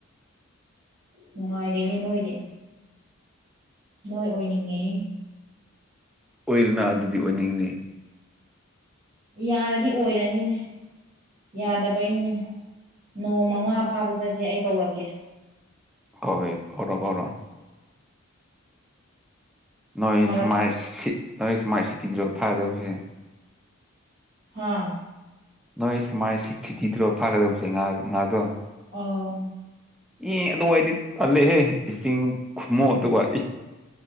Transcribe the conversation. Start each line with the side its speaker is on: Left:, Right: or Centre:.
Right: ꯅꯨꯡꯉꯥꯏꯔꯦꯍꯦ ꯅꯣꯏꯗꯤ ꯅꯣꯏ ꯑꯣꯏꯅꯤꯡꯉꯤ
Centre: ꯑꯣꯏꯔꯅ ꯑꯗꯨꯗꯤ ꯑꯣꯏꯅꯤꯡꯉꯦ
Right: ꯌꯥꯔꯗꯤ ꯑꯣꯏꯔꯅꯤꯅꯦ ꯌꯥꯗꯕꯩꯅꯤꯅꯦ ꯅꯣꯡ ꯃꯉꯥ ꯐꯥꯕ ꯆꯠꯁꯦ ꯑꯩ ꯀꯧꯔꯛꯀꯦ
Centre: ꯍꯣꯏ ꯄꯔꯣ ꯀꯔꯣ ꯅꯣꯏ
Right: ꯐꯥꯔꯛ
Centre: ꯁꯨꯃꯥꯏ ꯅꯣꯏ ꯁꯨꯃꯥꯏꯅ ꯁꯤꯠꯇꯤꯗ꯭ꯔꯣ ꯐꯥꯒꯗꯕꯁꯦ
Right: ꯍꯥꯥ
Centre: ꯅꯣꯏ ꯁꯨꯃꯥꯏꯖ ꯁꯤꯇꯤꯗ꯭ꯔꯣ ꯐꯥꯒꯗꯕꯁꯦ ꯉꯥ ꯉꯥꯗꯣ
Right: ꯑꯣ
Centre: ꯏ ꯑꯗꯨꯋꯥꯏꯗꯤ ꯇꯥꯜꯂꯛꯍꯦ ꯏꯁꯤꯡ ꯈꯨꯨꯝꯃꯨ ꯑꯗꯨꯒ